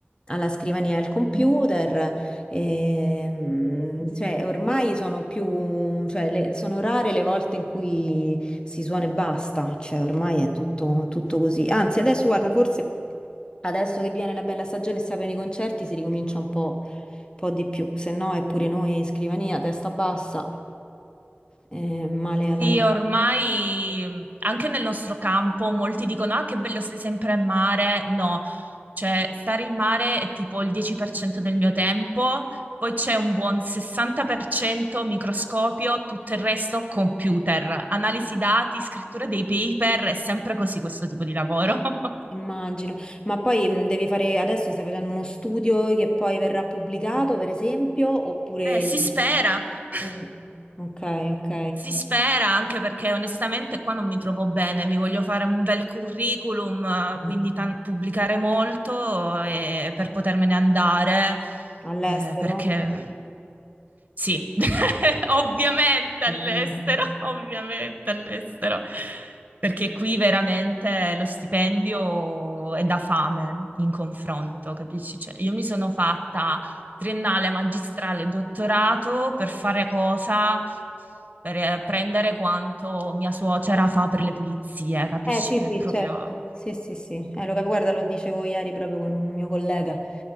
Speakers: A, on the left; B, on the right.
A: alla scrivania e al computer.
B: Mm.
A: Ehm, cioè, ormai sono più, cioè, le- sono rare le volte in cui si suona e basta. Cioè, ormai è tutto, tutto così. Anzi, adesso guarda, forse adesso che viene la bella stagione e si aprono i concerti, si ricomincia un po' un po' di più, se no è pure noi scrivania, testa bassa, eh, male
B: Sì,
A: alla locale.
B: ormai mh, anche nel nostro campo molti dicono: Ah, che bello, stai sempre a mare. No, cioè, stare in mare è tipo il 10% del mio tempo, poi c'è un buon 60% microscopio, tutto il resto computer, analisi dati, scrittura dei paper, è sempre così questo tipo di lavoro. <laughs>
A: Immagino, ma poi mh, devi fare, adesso stai facendo uno studio che poi verrà pubblicato, per esempio, oppure...
B: Eh, si spera. <laughs>
A: Mm, ok, ok.
B: Si spera anche perché onestamente qua non mi trovo bene, mi voglio fare un bel curriculum, eh,
A: Mm.
B: quindi tan- pubblicare molto eh, per potermene andare,
A: All'estero?
B: eh, perché sì, <laughs> ovviamente all'estero,
A: Ovviamente.
B: <laughs> ovviamente all'estero, perché qui veramente lo stipendio è da fame in confronto, capisci? Cioè, io mi sono fatta triennale, magistrale, dottorato per fare cosa? per eh, prendere quanto mia suocera fa per le pulizie, capisci
A: Eh sì,
B: che è
A: sì,
B: proprio...
A: certo. Sì, sì, sì. Eh, lo cap- guarda, lo dicevo ieri proprio con un mio collega.